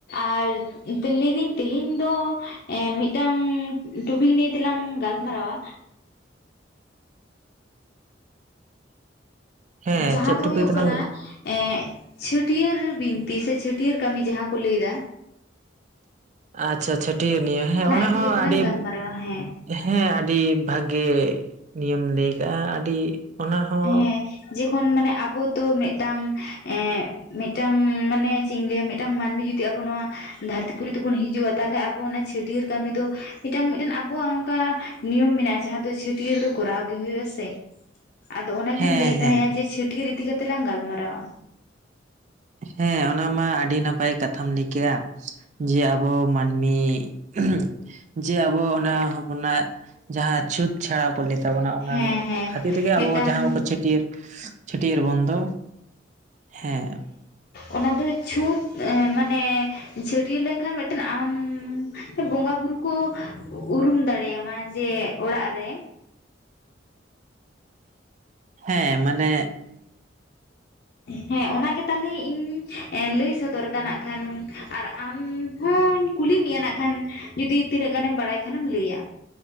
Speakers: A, on the left; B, on the right.
A: ᱟᱨ ᱫᱤᱞᱞᱤ ᱨᱤᱧ ᱛᱮᱦᱮᱧ ᱫᱚ, ᱮᱸᱻ ᱢᱤᱫᱴᱟᱝ ᱴᱚᱯᱤᱠ ᱱᱤᱭᱮ, ᱛᱮᱞᱟᱝ ᱜᱟᱞᱢᱟᱨᱟᱣᱟ
B: ᱦᱮᱸ
A: ᱡᱟᱦᱟᱸ
B: ᱪᱮᱫ
A: ᱫᱚ,
B: ᱴᱚᱯᱤᱠ
A: ᱦᱩᱭᱩᱜ
B: ᱛᱟᱞᱟᱝ
A: ᱠᱟᱱᱟ ᱮᱸᱻᱜ, ᱪᱷᱟᱹᱴᱭᱟᱹᱨ ᱵᱤᱱᱛᱤ ᱥᱮ, ᱪᱷᱟᱹᱴᱭᱟᱹᱨ ᱠᱟᱹᱢᱤ, ᱡᱟᱦᱟᱸ ᱠᱚ, ᱞᱟᱹᱭ ᱮᱫᱟ
B: ᱟᱪᱪᱷᱟ ᱟᱪᱪᱷᱟ, ᱴᱷᱤᱠ ᱱᱤᱭᱟᱹ, ᱾ ᱦᱮᱸᱼ ᱚᱱᱟ
A: ᱤᱫᱤ
B: ᱦᱚᱸ,
A: ᱠᱟᱛᱮ
B: ᱟᱹᱰᱤ
A: ᱞᱟᱝ ᱜᱟᱞᱢᱟᱨᱟᱣᱟ ᱦᱮᱸ
B: ᱦᱮᱸ, ᱟᱹᱰᱤ ᱵᱷᱟᱜᱮ, ᱱᱤᱭᱮᱢ ᱞᱟᱹᱭ ᱟᱠᱟᱜᱼᱟ, ᱟᱹᱰᱤ ᱚᱱᱟ ᱦᱚᱸ
A: ᱦᱮᱸᱻ, ᱡᱮᱠᱷᱚᱱ ᱢᱟᱱᱮ, ᱟᱵᱚ ᱛᱚ, ᱢᱤᱫᱴᱟᱝ ᱮᱸᱻᱜ ᱢᱤᱫᱴᱟᱝ ᱢᱟᱱᱮ ᱪᱮᱫ ᱤᱧ ᱞᱟᱹᱭᱟ ᱢᱤᱫᱴᱟᱝ ᱢᱟᱹᱱᱢᱤ ᱡᱩᱫᱤ, ᱟᱵᱚ ᱱᱚᱣᱟ, ᱫᱷᱟᱹᱨᱛᱤ ᱯᱩᱨᱤ, ᱛᱮᱵᱚᱱ ᱦᱤᱡᱩᱜᱼᱟ ᱾ ᱛᱟᱦᱚᱞᱮ, ᱟᱵᱚ, ᱚᱱᱟ ᱪᱷᱟᱹᱴᱭᱟᱹᱨ ᱠᱟᱹᱢᱤ ᱫᱚ, ᱢᱤᱫᱴᱟᱝ, ᱢᱤᱫᱴᱟᱝ, ᱟᱵᱚᱣᱟᱜ ᱱᱚᱝᱠᱟ, ᱱᱤᱭᱚᱢ ᱢᱮᱱᱟᱜᱼᱟ ᱾ ᱡᱟᱦᱟᱸ ᱫᱚ, ᱪᱷᱟᱹᱴᱭᱟᱹᱨ ᱫᱚ, ᱠᱚᱨᱟᱣ ᱜᱮ, ᱦᱳᱭᱳᱜᱼᱟ ᱥᱮ? ᱟᱫᱚ ᱚᱱᱟᱜᱤᱧ
B: ᱦᱮᱸ
A: ᱞᱟᱹᱭᱮᱫ
B: ᱦᱮᱸ
A: ᱛᱟᱦᱮᱸᱜᱼᱟ ᱡᱮ ᱪᱷᱟᱹᱴᱭᱟᱹᱨ ᱤᱫᱤ ᱠᱟᱛᱮᱜ ᱞᱟᱝ ᱜᱟᱞᱢᱟᱨᱟᱣᱟ?
B: ᱦᱮᱸ ᱚᱱᱟᱢᱟ ᱟᱹᱰᱤ ᱱᱟᱯᱟᱭ ᱠᱟᱛᱷᱟᱢ ᱞᱟᱹᱭ ᱠᱮᱫᱼᱟ ᱡᱮ ᱟᱵᱚ ᱢᱟᱹᱱᱢᱤᱼᱼ ᱩᱸᱦᱩ ᱡᱮ ᱟᱵᱚ ᱚᱱᱟ ᱦᱚᱯᱚᱱᱟᱜ ᱡᱟᱦᱟᱸ ᱪᱷᱩᱸᱛ ᱪᱷᱟᱲᱟᱣ ᱠᱚ ᱞᱟᱹᱭᱼᱼ ᱛᱟᱵᱚᱱᱟ ᱚᱱᱟ
A: ᱦᱮᱸ ᱦᱮᱸ
B: ᱠᱷᱟᱹᱛᱤᱨ ᱛᱮᱜᱮ ᱟᱵᱚ
A: ᱢᱤᱫᱴᱟᱝ
B: ᱡᱟᱦᱟᱸ ᱪᱷᱟᱹᱴᱭᱟᱹᱨᱼᱼ ᱪᱷᱟᱹᱴᱭᱟᱹᱨ ᱵᱚᱱ ᱫᱚ ᱦᱮᱸ
A: ᱚᱱᱟ ᱫᱚ ᱪᱷᱩᱸᱛ ᱮᱸ ᱢᱟᱱᱮᱼᱼ ᱪᱷᱟᱹᱴᱭᱟᱹᱨ ᱞᱮᱱᱠᱷᱟᱱ ᱢᱤᱫᱴᱮᱱ ᱟᱢ ᱵᱚᱸᱜᱟ ᱵᱩᱨᱩ ᱠᱚᱼᱼ ᱩᱨᱩᱢ ᱫᱟᱲᱮᱭᱟᱢᱟ ᱡᱮ ᱚᱲᱟᱜ ᱨᱮᱼᱼ
B: ᱦᱮᱸ ᱢᱟᱱᱮᱼᱼ
A: ᱦᱮᱸ ᱚᱱᱟᱜᱮ ᱛᱟᱞᱦᱮ ᱤᱧ ᱞᱟᱹᱭ ᱮᱸ ᱥᱚᱫᱚᱨ ᱫᱟ ᱱᱟᱜ ᱠᱷᱟᱱ᱾ ᱟᱨ ᱟᱢ ᱦᱚᱸᱧ ᱠᱩᱞᱤ ᱢᱮᱭᱟ ᱱᱟᱜ ᱠᱷᱟᱱ ᱡᱩᱫᱤ ᱛᱤᱱᱟᱹᱜ ᱜᱟᱱᱮᱢ ᱵᱟᱲᱟᱭ ᱠᱷᱟᱱᱮᱢ ᱞᱟᱹᱭᱟ᱾